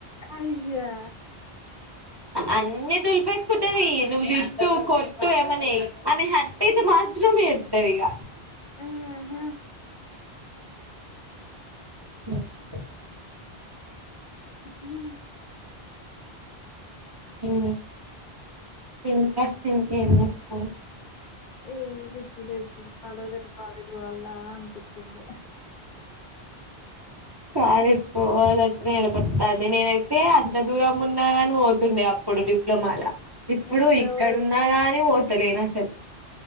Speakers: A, on the left; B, on the right.
A: అయ్యా
B: అన్నీ దుల్పేసు కుంటది నువ్ తిట్టు కొట్టు ఏమన్నా చెయ్ అమె హార్ట్ అయితే మాత్రం ఏడుస్తది ఇగ
A: ఆ హా
B: <unintelligible>
A: హ
B: ఊ... ఇంకా ఇంకేం చేస్తావ్
A: ఏ పిచ్చి లేస్తుంది మళ్ళ రేపు కాలేజ్ రాను అలా అనిపిస్తుంది
B: కాదు పోవాలంటేనే ఏడుపోస్తంది నేనైతే అంత దూరం ఉన్నాగాని పోతుండే అప్పుడు డిప్లొమాల ఇప్పుడు
A: ఎట్లో
B: ఇక్కడున్నా
A: అయితది
B: గాని తెలియదు అస్సల్కి